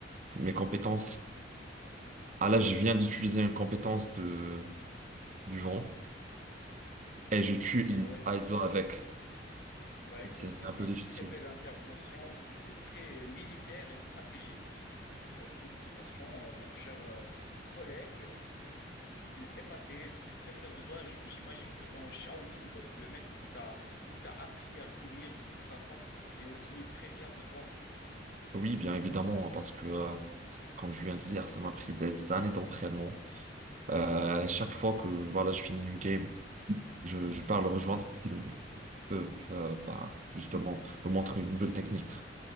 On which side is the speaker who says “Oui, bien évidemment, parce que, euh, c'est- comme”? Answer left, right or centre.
Right